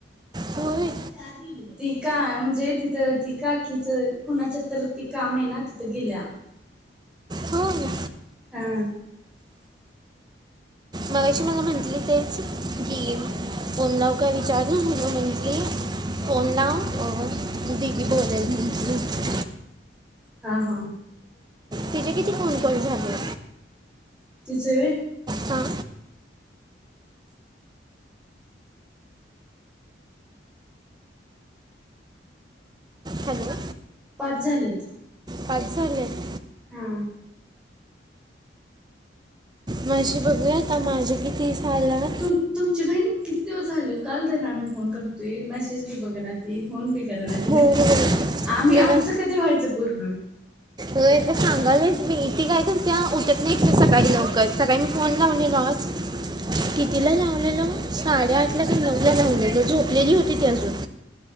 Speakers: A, on the right; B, in the centre.
A: होय
B: चहा <unintelligible> ती का म्हणजे तिथं ती काकीचं कुणाच्या तर, ती काम आहे ना तिथं गेल्या.
A: होय
B: हा.
A: मगाशी मला म्हटली, तेच <unintelligible> फोन लावू काय विचारू, म म्हटली फोन लाव. दिदी बोलल म्हणली.
B: हा, हा.
A: तिचे किती फोन काँल झाले?
B: तिचे होय?
A: हां हॅलो
B: पाच झालेत.
A: पाच झालेत?
B: हा.
A: माझी बघूया आता माझे किती झाल्यात.
B: तुम तुमची बहीण किती दिवस झाल, काल दरन आम्ही फोन करतोय, मेसेज बी बघ ना ती, फोन बी कराना तिन.
A: हो
B: आम्ही
A: मी ना
B: आमचं कधी व्हायचं पूर्ण?
A: तरं सांगालच मी, ती काय करत्या उठत नाही सकाळी लवकर, सकाळी मी फोन लावलेलो आज.
B: <inaudible>
A: कितीला लावलेलो, साडेआठला काय नऊला लावलेलो, झोपलेली होती ती अजून.